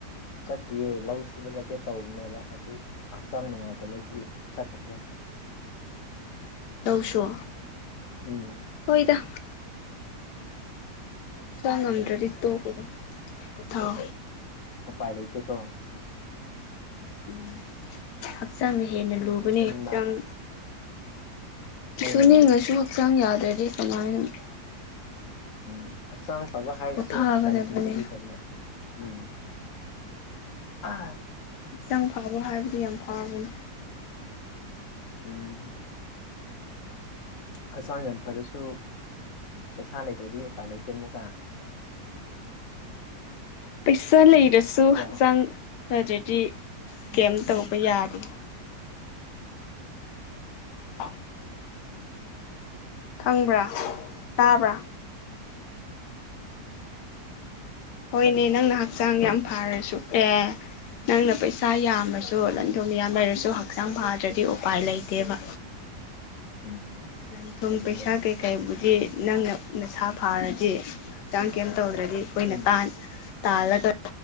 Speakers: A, on the left (about 55°); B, on the left (about 80°).
A: ꯆꯠꯇꯤꯌꯦ ꯂꯧ ꯁꯨꯕ ꯆꯠꯀꯦ ꯇꯧꯕꯅꯦꯕ ꯑꯗꯨ ꯍꯛꯆꯥꯡ ꯅꯨꯡꯉꯥꯏꯇꯕꯒꯤ ꯆꯠꯇ꯭ꯔꯦ
B: ꯂꯧꯁꯨ
A: ꯎꯝ
B: ꯍꯣꯏꯗ ꯆꯠꯉꯝꯗ꯭ꯔꯗꯤ ꯇꯣꯛꯑꯣꯀꯣ ꯄꯣꯊꯥꯎ
A: ꯎꯄꯥꯏ ꯂꯩꯇꯦꯀꯣ
B: ꯎꯝ ꯍꯛꯆꯥꯡꯅ ꯍꯦꯟꯅ
A: ꯁꯨꯁꯨ
B: ꯂꯨꯕꯅꯤ
A: ꯁꯨꯅꯤꯡꯕ
B: ꯆꯥꯡ
A: ꯍꯣꯏꯅꯦ
B: ꯁꯨꯅꯤꯡꯉꯁꯨ ꯍꯛꯆꯥꯡ ꯌꯥꯗ꯭ꯔꯗꯤ ꯀꯃꯥꯏꯅ
A: ꯎꯝ ꯍꯛꯆꯥꯡ ꯐꯕ ꯍꯥꯏꯕꯁꯦ
B: ꯄꯣꯊꯥꯒꯗꯕꯅꯤ
A: ꯂꯟꯊꯨꯝꯗꯒꯤ ꯍꯦꯟꯅ ꯎꯝ꯫ ꯑꯥ
B: ꯍꯛꯆꯥꯡ ꯐꯕ ꯍꯥꯏꯕꯗꯤ ꯌꯥꯝ ꯐꯕꯅꯤ꯫
A: ꯎꯝ ꯍꯛꯆꯥꯡ ꯌꯥꯝ ꯐꯔꯁꯨ ꯄꯩꯁꯥ ꯂꯩꯇ꯭ꯔꯗꯤ ꯎꯄꯥꯏ ꯂꯩꯇꯦ ꯑꯃꯨꯛꯀ꯫ <inaudible>
B: ꯄꯩꯁꯥ ꯂꯩꯔꯁꯨ
A: ꯅꯠꯇ꯭ꯔꯣ
B: ꯍꯛꯆꯥꯡ ꯐꯗ꯭ꯔꯗꯤ ꯀꯩꯃ ꯇꯧꯕ ꯌꯥꯗꯦ꯫ <inaudible> ꯈꯪꯕ꯭ꯔꯥ ꯇꯥꯕ꯭ꯔꯥ ꯍꯣꯏꯅꯦ
A: ꯎꯝ
B: ꯅꯪꯅ ꯍꯛꯆꯥꯡ ꯌꯥꯝ ꯐꯔꯁꯨ ꯑꯦ ꯅꯪꯅ ꯄꯩꯁꯥ ꯌꯥꯝꯃꯁꯨ ꯂꯟꯊꯨꯝ ꯌꯥꯝ ꯂꯩꯔꯁꯨ ꯍꯛꯆꯥꯡ ꯐꯗ꯭ꯔꯗꯤ ꯎꯄꯥꯏ ꯂꯩꯇꯦꯕ꯫
A: ꯎꯝ
B: ꯂꯟ ꯊꯨꯝ
A: ꯑꯗꯨꯅꯦ
B: ꯄꯩꯁꯥ ꯈꯩ ꯀꯩꯕꯨꯗꯤ ꯅꯪꯅ ꯅꯁꯥ ꯐꯥꯔꯗꯤ ꯍꯛꯆꯥꯡ ꯀꯩꯝ ꯇꯧꯗ꯭ꯔꯗꯤ ꯑꯩꯈꯣꯏꯅ
A: ꯎꯝ
B: ꯇꯥꯟ ꯇꯥꯜꯂꯒ